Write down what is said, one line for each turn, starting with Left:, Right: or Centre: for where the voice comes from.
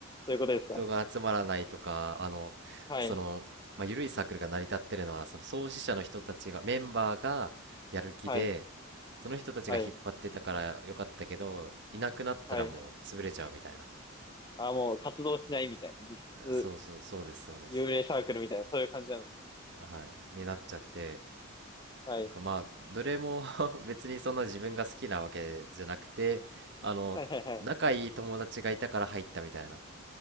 Left: ういうことですか
Right: 人が集まらないとか、あの、
Left: はい。
Right: その、まあ、緩いサークルが成り立ってるのは、その創始者の人たちが、メンバーがやる気で、
Left: はい。
Right: その人たちが引っ張ってたからよかったけど、
Left: はい。
Right: いなくなったらもう潰れちゃうみたいな。
Left: はい。ああ、もう活動しないみたいな。実質
Right: そうそう、そうです、そうです。
Left: 幽霊サークルみたいな、そういう感じなんですね。
Right: はい。になっちゃって、
Left: はい。
Right: まあ、どれも <laughs> 別にそんな自分が好きなわけじゃなくて、あの、
Left: はいはいはい。
Right: 仲いい友達がいたから入ったみたいな。